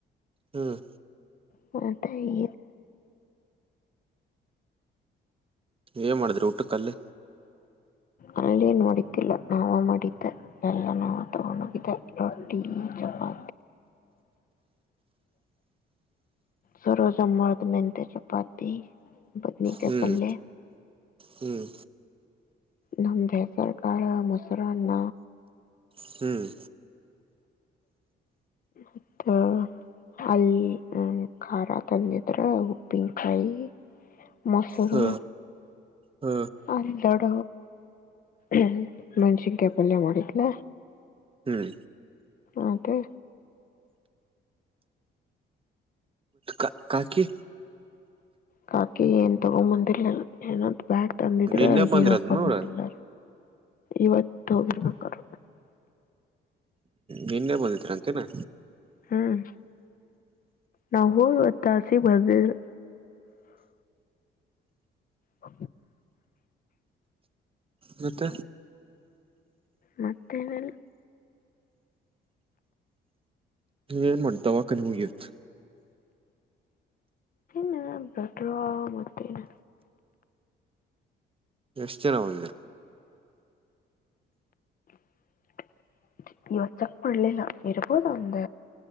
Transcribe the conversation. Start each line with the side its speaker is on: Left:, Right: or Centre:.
Right: ಹ್ಮ್
Left: ಹ ಈ
Right: ಏನ್ ಮಾಡಿದ್ರಿ ಊಟಕ್ಕಲ್ಲಿ
Left: ಅಲ್ಲೇನ್ ಮಾಡೋತಿಲ್ಲ ನಾವ ಮಾಡಿದ್ದೆ ಎಲ್ಲ ನಾವ ತಗೊಂಡ ಹೋಗಿದ್ದೆ ರೊಟ್ಟಿ ಬೌ ಸರೋಜಾ ಮರ್ದ ಮೆಂತೆ ಚಪಾತಿ ಪತ್ನಿ ಕ
Right: ಹ್ಮ್
Left: ಪಲೇ
Right: ಹ್ಮ್
Left: ನಮ್ದ ಸರ್ ಕಾಳ ಮೊಸರನ್ನ
Right: ಹ್ಮ್
Left: ಅತ್ತಾ ಅಲ್ಲಿ ಖಾರ ತಂದಿದ್ರ ಉಪ್ಪಿನಕಾಯಿ ಮೊಸರು
Right: ಹ ಹ
Left: ಅಲ್ಲಡ ್ಮ ಮನುಷ ಪಲ್ ಮೂಡಿಲ
Right: ಹ್ಮ್
Left: ಹಕೆ
Right: ಕ ಕಾಕಿ
Left: ಕಾಕಿ ಏನ್ ತಗೊಂಬಂದಿರ್ಲಿಲ್ಲ ಏನಾದ ಬ್ಯಾಗ್ ತಂದಿದ್ರ
Right: ನಿನ್ನೆ ಬಂದ್ರದ್
Left: ಏನ್ ಓಪನ್
Right: ನೋಡ
Left: ಮಾಡಿಲ್ಲ ಇವತ್ತು ಹೋಗಿರ್ಬೇಕ್ರ
Right: ನಿನ್ನೇ ಬಂದತ್ರ ಅಂತೇನಾ
Left: ಹ್ಮ್ ನವುರು ವತ್ತಾಾಸಿ ಬದಲ್ ಹ
Right: ಮತ್ತ
Left: ಮತ್ತೇನಲ್
Right: ಏನ್ ಮಾಡ ದವಾಖಾನ ಹೋಗಿತ್
Left: ನು ಬೆಟ್ರಾ ಮತ್ತೇನ
Right: ಎಷ್ಟು ಜನ ಅವಿಲ್ಲ
Left: <inaudible> ಇವ ಚಕ್ ಮಾಡಣಲಿಲ್ಲ ಇಬೋದು ಅಂದ